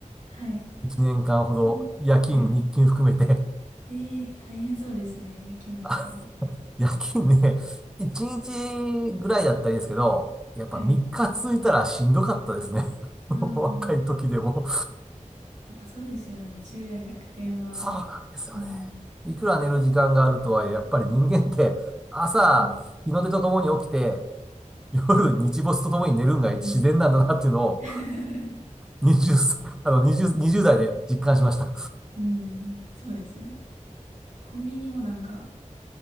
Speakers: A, on the right (about 65°); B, in the centre.
A: あ、はい。
B: 1年間ほど、
A: コピー。
B: 夜勤、
A: はい
B: 日勤含めて。
A: ええ大変そうですね。夜勤とかは。
B: <laughs> 夜勤ね、1日ぐらいだったらいいですけど、やっぱ3日続いたらしんどかったですね。
A: はい。あ
B: <laughs> 若い時でも。
A: あ、やっぱそうですよね。昼夜逆転は。
B: そうなんですよね。
A: うん。
B: いくら寝る時間があるとはいえ、やっぱり人間って朝、
A: うん。
B: 日の出とともに起きて、夜、日没とともに寝るんが自然なんだなっていうのを
A: うん。<laughs>
B: 20、あの20、20代で実感しました。
A: うん。そうですね。コンビニもなんか、